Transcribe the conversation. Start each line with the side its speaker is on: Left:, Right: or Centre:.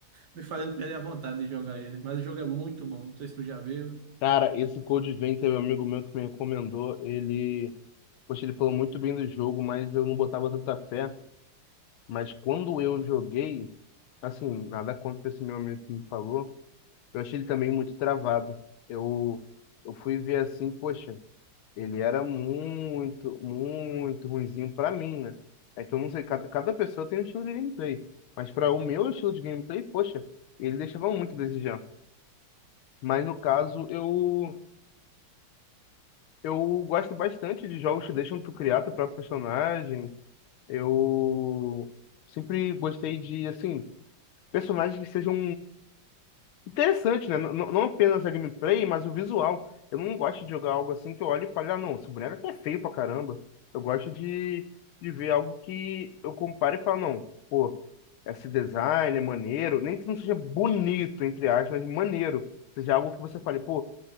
Right: me fazendo perder a vontade de jogar ele. Mas o jogo é muito bom, não sei se tu já viu.
Left: Cara, esse Code Vein teve um amigo meu que me recomendou. Ele, poxa, ele falou muito bem do jogo, mas eu não botava tanta fé. Mas quando eu joguei, assim, nada contra esse meu amigo que me falou, eu achei ele também muito travado. Eu, eu fui ver assim, poxa, ele era muito, muito ruinzinho pra mim, né? É que eu não sei, cada, cada pessoa tem um estilo de gameplay. Mas para o meu estilo de gameplay, poxa, ele deixava muito a desejar. Mas no caso, eu Eu gosto bastante de jogos que deixam tu criar teu próprio personagem. Eu sempre gostei de, assim, personagens que sejam interessantes, né? N- n- Não apenas a gameplay, mas o visual. Eu não gosto de jogar algo assim que eu olho e falo, ah, não, esse boneco aqui é feio pra caramba. Eu gosto de, de ver algo que eu comparo e falo, não, pô, esse design é maneiro. Nem que não seja bonito, entre aspas, mas maneiro. Seja algo que você fale, pô